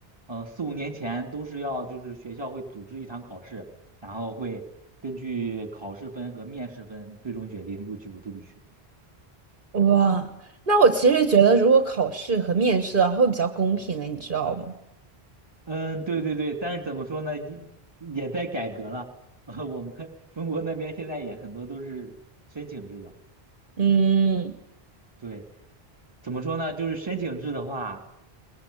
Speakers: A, on the right; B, on the right.
A: 呃四五年前都是要就是学校会组织一场考试。然后会根据考试分和面试分最终决定录取不录取。
B: 哇，那我其实觉得如果考试和面试啊，会比较公平诶，你知道吗？
A: 嗯，对对对，但是怎么说呢，也也在改革了。<laughs> 呃，我们 <laughs> 中国那边现在也很多都是申请制了。
B: 嗯。
A: 对，怎么说呢？就是申请制的话，